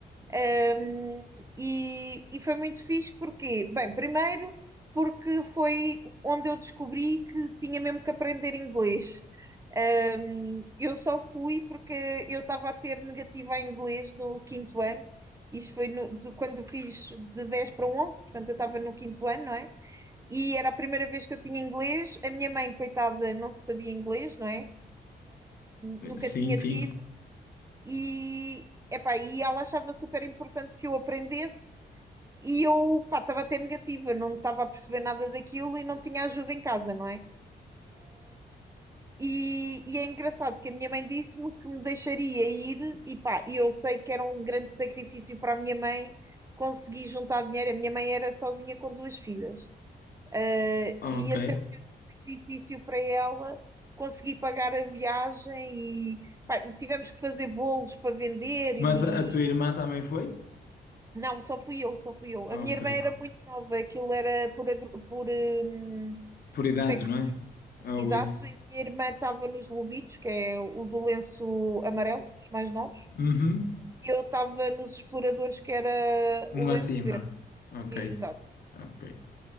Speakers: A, on the right; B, on the left.
A: Um, e, e foi muito fixe porque, bem, primeiro porque foi onde eu descobri que tinha mesmo que aprender inglês. Um, eu só fui porque eu estava a ter negativa em inglês no quinto ano. Isto foi no- de- quando fiz de 10 para um 11, portanto eu estava no quinto ano, não é? E era a primeira vez que eu tinha inglês. A minha mãe, coitada, não sabia inglês, não é? Nunca
B: Sim,
A: tinha
B: sim.
A: tido. E, epá, e ela achava super importante que eu aprendesse. E eu, pá, estava a ter negativa, não estava a perceber nada daquilo e não tinha ajuda em casa, não é? E, e é engraçado que a minha mãe disse-me que me deixaria ir, e pá, e eu sei que era um grande sacrifício para a minha mãe conseguir juntar dinheiro. A minha mãe era sozinha com duas filhas, Eh,
B: Ok.
A: e ia ser um sacrifício para ela conseguir pagar a viagem. E pá, tivemos que fazer bolos para vender.
B: Mas
A: E
B: a, a tua irmã também foi?
A: não, só fui eu, só fui eu.
B: Ok.
A: A minha irmã era muito nova, aquilo era por, agru- por hum,
B: Por idades,
A: sexo
B: não é? Ou
A: Exato,
B: isso?
A: e a minha irmã estava nos Lobitos, que é o do lenço amarelo, os mais novos,
B: Uhum.
A: e eu estava nos Exploradores, que era
B: Um
A: o
B: acima.
A: lenço verde.
B: Ok.
A: E- Exato.
B: Ok.